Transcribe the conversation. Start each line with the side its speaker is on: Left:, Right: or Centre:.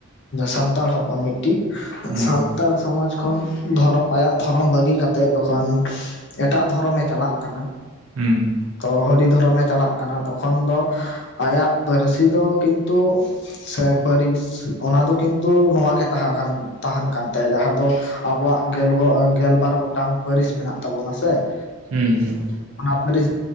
Left: ᱥᱟᱱᱛᱟᱲ ᱦᱚᱯᱚᱱ ᱢᱤᱫᱴᱤᱡ
Right: ᱦᱩᱸ
Left: ᱥᱟᱱᱛᱟᱲ ᱥᱚᱢᱟᱡᱽ ᱠᱷᱚᱱ ᱫᱷᱚᱨᱚᱢ ᱟᱭᱟᱜ ᱫᱷᱚᱨᱚᱢ ᱵᱟᱹᱜᱤ ᱠᱟᱛᱮᱫ ᱡᱚᱠᱷᱚᱱ ᱮᱴᱟᱜ ᱫᱷᱚᱨᱚᱢᱮ ᱪᱟᱞᱟᱜ ᱠᱟᱱᱟ᱾
Right: ᱦᱮᱸ
Left: ᱛᱚ ᱦᱚᱨᱤ ᱫᱷᱚᱨᱚᱢᱮ ᱪᱟᱞᱟᱜ ᱠᱟᱱᱟ ᱛᱚᱠᱷᱚᱱ ᱫᱚ ᱟᱭᱟᱜ ᱯᱟᱹᱨᱥᱤ ᱫᱚ ᱠᱤᱱᱛᱩ ᱥᱟᱵᱟᱨᱤᱥ ᱚᱱᱟ ᱫᱚ ᱠᱤᱱᱛᱩ ᱱᱚᱣᱟ ᱜᱮ ᱛᱟᱦᱮᱸ ᱠᱟᱱ ᱛᱟᱦᱮᱱ ᱠᱟᱱ ᱛᱟᱭᱟ ᱡᱟᱦᱟᱸ ᱫᱚ ᱟᱵᱚᱣᱟᱜ ᱜᱮᱞ ᱜᱮᱞᱜᱚ ᱜᱮᱞᱵᱟᱨ ᱜᱚᱴ ᱴᱟᱝ ᱯᱟᱹᱨᱤᱥ ᱢᱮᱱᱟᱜ ᱛᱟᱵᱚᱱᱟ ᱥᱮ ᱾
Right: ᱦᱮᱸ ᱦᱮᱸ
Left: ᱚᱱᱟ ᱯᱟᱹᱨᱤᱥ